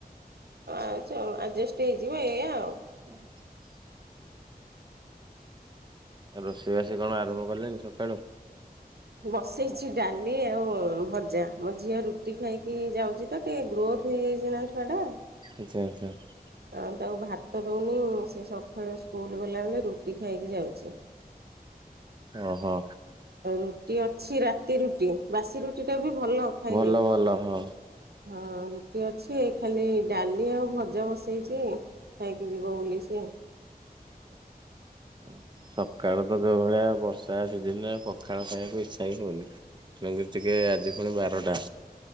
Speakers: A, on the right; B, on the right.
A: ହଁ ଚଲୁ ଆଡ଼ଯେଷ୍ଟ ହେଇଯିବ ଏଇଆ ଆଉ।
B: <inaudible> ଆଉ ରୋଷେଇ ବାସି କଣ ଆରମ୍ଭ କଲେଣିି ସକାଳୁ।
A: ବସେଇଛି ଡାଲି ଆଉ ଭଜା ମୋ ଝିଅ ରୁଟି ଖାଇକି ଯାଉଛି ତ ଟିକେ ଗ୍ରୋଥ ହେଇ ଯାଇଛି । ଛି ନା ଛୁଆଟା ।
B: ଆଚ୍ଛା ଆଚ୍ଛା ।
A: ଆମେ ତାକୁ ଭାତ ଦଉନୁ ସେ ସକାଳୁ ସ୍କୁଲ ଗଲାବେଳେ ରୁଟି ଖାଇକି ଯାଉଛି।
B: ଓ ହୋ।
A: ଆଉ ରୁଟି ଅଛି ରାତି ରୁଟି ବାସି ରୁଟି ଟା ବି। ଭଲ ଖାଇଲେ
B: ଭଲ ଭଲ ହଁ ।
A: ହଁ ରୁଟି ଅଛି ଖାଲି ଡାଲି ଆଉ ଭଜା ବସେଇଛି ଖାଇକି ଯିବ ବୋଲି ସେ। ଏକ
B: ହ ଉଁ ହୁଁ ସକାଳୁ ତ ଯୋଉ ଭଳିଆ ବର୍ଷା ସିଜନରେ ପଖାଳ ଖାଇବାକୁ ଇଚ୍ଛା ହିଁ ହଉନି । ଠିଆ ହେଇଚୁ ଆଜି ଟିକେ ପୁଣି ବାରଟା।